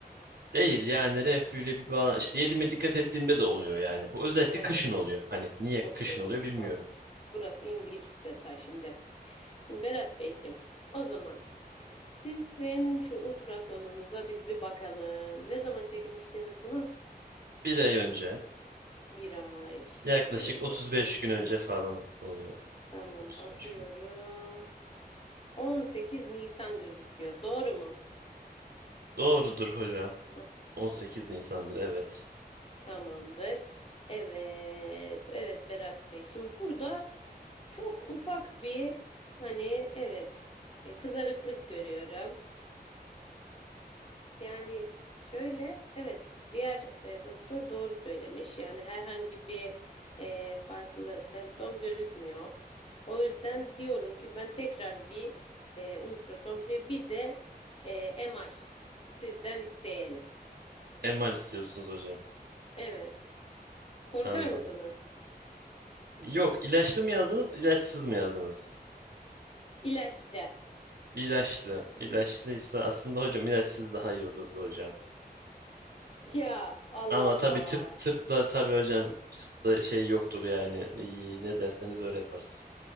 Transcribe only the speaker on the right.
Değil yani reflüyle bir bağlan işte yediğime dikkat ettiğimde de oluyor yani. Bu özellikle
kışın oluyor. Hani niye
kışın oluyor bilmiyorum.
Bir ay önce
yaklaşık
35
gün önce falan oluyor.
35
gün.
Doğrudur hocam.
18
Nisan'dır evet.
MR istiyorsunuz hocam.
Anladım.
Yok ilaçlı mı yazdınız ilaçsız mı yazdınız?
İlaçlı. İlaçlıysa aslında hocam ilaçsız daha iyi olurdu hocam.
Ama
tabii tıp tıpta tabii hocam tıpta şey yoktur yani. İyi, ne derseniz öyle yaparız.